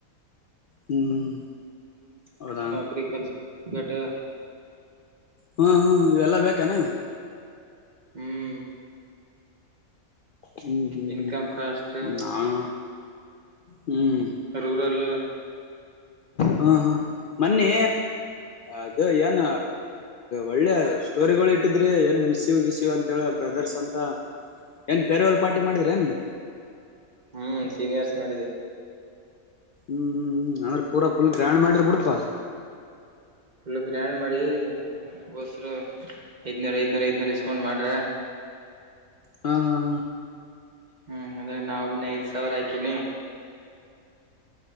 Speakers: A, on the left; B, on the right.
A: ಹ್ಮ್ ಹೌದಾ
B: ಗ್ರಿಕಲ್ರ್ ಡು
A: ಹ್ಮ ಹ್ಮ್ ಇವೆಲ್ಲಾ ಬೇಕಾನ
B: ಹ್ಮ್
A: ಹ್ಮ್ ಹ್ಮ್
B: ಇನ್ಕಮ್
A: ಹ್ಮ್
B: ಕಸ್ಟ
A: ನಾನು ಹ್ಮ್
B: ರೂರಲ್
A: ಹಾ ಹಾ ಮನ್ನೆ ಅದ ಏನ್ ಒಳ್ಳೆ ಸ್ಟೋರಿಗಳು ಇಟ್ಟಿದ್ರೆ ಏನ್ ಶಿವ ಗಿಸಿವ್ ಅಂತ ಹೇಳ ಬ್ರದರ್ಸ್ ಅಂತ ಏನ್ ಪೇರ್ವೆಲ್ ಪಾರ್ಟಿ ಮಾಡಿದ್ರ ಏನು
B: ಹ್ಮ್ ಸೀನಿಯರ್ಸ್ ಮಾಡಿದ್ದ
A: ಹ್ಮ್ ಅಂದ್ರೆ ಪೂರಾ ಫುಲ್ ಗ್ರಹಣ್ ಮಾಡಿರ್ ಬಿಡ್ಪಾ
B: ಫಲ್ಲ ಗ್ರ್ಯಾಂಡ್ ಮಾಡಿ ಬೋಸ್ರು ಐದ್ನೂರ ಐದನೂರ ಐದನೂರ್ ಡಿಸ್ಕೌಂಟ್ ಮಾಡ್ರ
A: ಹಾ ಹಾ ಹಾ
B: ಹ್ಮ್ ಅದ್ರ ನಾವ ಒಬ್ನ ಐದ್ ಸಾವಿರ ಹಾಕಿನಿ